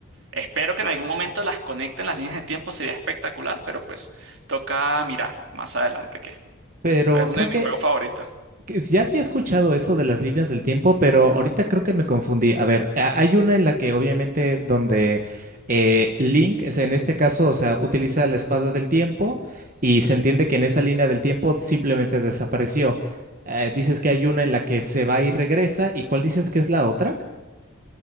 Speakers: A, on the right (about 65°); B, on the right (about 40°).
A: Espero que en algún momento las conecten las líneas de tiempo, sería espectacular, pero pues toca mirar más adelante qué.
B: Pero
A: Pero es uno
B: creo
A: de mis
B: que,
A: juegos favoritos.
B: que ya había escuchado eso de las líneas del tiempo, pero ahorita creo que me confundí. A ver, a- hay una en la que obviamente donde eh, Link, es- en este caso, o sea, utiliza la espada del tiempo y se entiende que en esa línea del tiempo simplemente desapareció. Eh, dices que hay una en la que se va y regresa, ¿y cuál dices que es la otra?